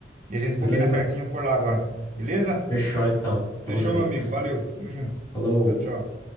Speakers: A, on the right; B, on the left.
A: E a gente combina
B: Beleza?
A: certinho por lá agora. Beleza?
B: Fechou então. Tamo
A: Fechou,
B: junto.
A: meu amigo. Valeu. Tamo junto.
B: Falou.
A: Tchau, tchau.